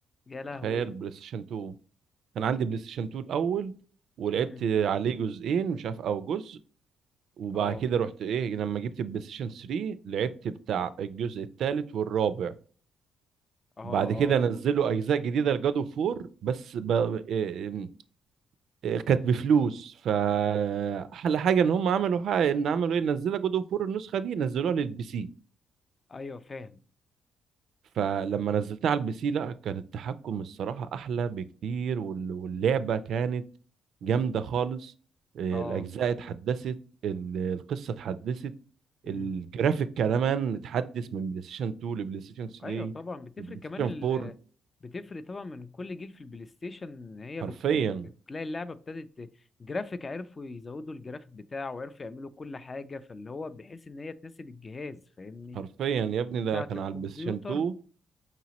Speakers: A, on the left; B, on the right.
A: يا لهوي
B: تخيل بلاي ستيشن 2 كان عندي بلاي ستيشن 2 الاول ولعبت
A: مم.
B: عليه جزئين مش عارف او جزء وبعد
A: اه
B: كده رحت ايه لما جبت البلاي ستيشن 3 لعبت بتاع الجزء الثالث والرابع
A: اه اه
B: بعد كده نزلوا اجزاء جديده لجاد اوف وور بس ب... إيه- إيه، كانت بفلوس فاحلى حاجه ان هم عملوا حاجه ان عملوا ايه نزلوا جاد اوف وور النسخه دي نزلوها للبي سي
A: ايوه فاهم
B: فلما نزلتها على البي سي لا كان التحكم الصراحة أحلى بكتير وال- واللعبة كانت جامدة خالص إيه،
A: اه
B: الأجزاء اتحدثت ال- القصة اتحدثت
A: مم.
B: الجرافيك كمان اتحدث من بلاي ستيشن 2 لبلاي ستيشن 3
A: ايوه طبعا بتفرق
B: لبلاي
A: كمان
B: ستيشن
A: ال...
B: 4
A: بتفرق طبعا من كل جيل في البلاي ستيشن ان هي
B: حرفيا
A: بت... بت- بتلاقي اللعبه ابتدت ت- جرافيك عرفوا يزودوا الجرافيك بتاعه وعرفوا يعملوا كل حاجه فاللي هو بحيث ان هي تناسب الجهاز فاهمني
B: حرفيا يا ابني
A: وبتاعه
B: ده كان
A: الكمبيوتر
B: على البلاي ستيشن 2